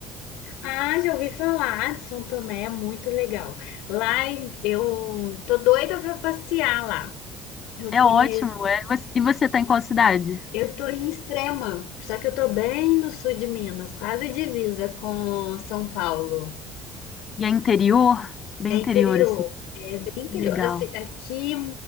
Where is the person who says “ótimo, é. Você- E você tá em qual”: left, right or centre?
Left